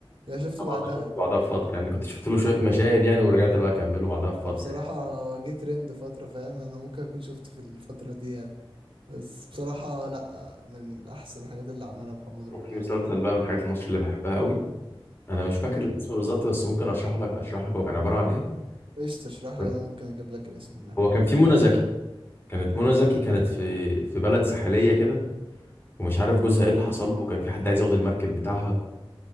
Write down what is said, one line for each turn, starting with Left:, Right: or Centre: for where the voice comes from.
Right: يعني شفته
Left: انا
Right: بعدها
Left: برضه شفت بعدها بفتره يعني كنت شفت له شويه مشاهد يعني ورجعت بقى اكمله بعدها بفتره
Right: فبصراحة
Left: يعني
Right: واجهت ترند فترة فاهم انا ممكن اكون شفته في الفترة دي يعني بس بصراحة لا من احسن الحاجات اللي عملها محمد رمضان
Left: وفي مسلسل
Right: يعني
Left: بقى من الحاجات المصري اللي بحبها قوي انا مش فاكر
Right: مم.
Left: الاسم بالظبط بس ممكن اشرح لك اشرح لك هو كان عباره عن ايه
Right: ايش تشرح
Left: كنت-
Right: لي وانا ممكن اجيب لك الاسم معاك
Left: هو كان في منى زكي كانت منى زكي كانت في في بلد ساحليه كده ومش عارف جوزها ايه اللي حصل
Right: مم.
Left: له وكان في حد عايز ياخد المركب بتاعها